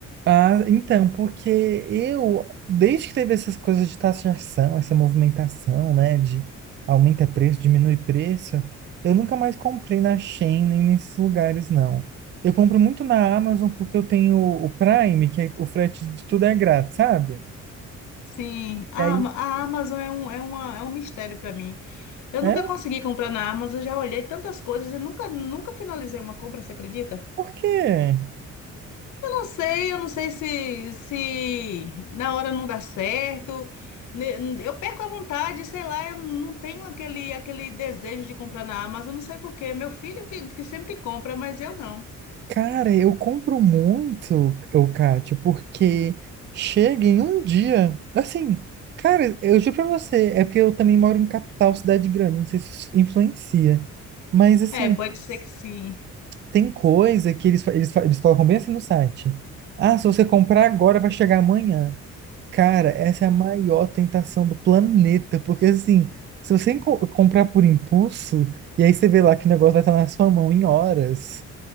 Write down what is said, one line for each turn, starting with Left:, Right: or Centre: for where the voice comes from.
Right: Ah, então, porque eu, desde que teve essas coisas de taxação, essa movimentação, né, de aumenta preço, diminui preço, eu nunca mais comprei na Shein nem nesses lugares, não. Eu compro muito na Amazon porque eu tenho o Prime, que é, o frete de tudo é grátis, sabe?
Left: Sim, a,
Right: E aí,
Left: Ama- a Amazon é um, é uma, é um mistério para mim. Eu
Right: é,
Left: nunca consegui comprar na Amazon, já olhei tantas coisas e nunca, nunca finalizei uma compra, você acredita?
Right: por quê?
Left: Eu não sei, eu não sei se, se na hora não dá certo. Ne- Eu perco a vontade, sei lá, eu não tenho aquele, aquele desejo de comprar na Amazon, não sei por quê. Meu filho que, que sempre compra, mas eu não.
Right: Cara, eu compro muito, o Kátia, porque chega em um dia, assim, cara, eu juro pra você, é porque eu também moro em capital, cidade grande, não sei se isso influencia, mas assim,
Left: É, pode ser que sim.
Right: tem coisa que eles, fa- eles, fa- eles colocam bem assim no site. Ah, se você comprar agora, vai chegar amanhã. Cara, essa é a maior tentação do planeta, porque assim, se você enco- comprar por impulso, e aí você vê lá que o negócio vai estar na sua mão em horas.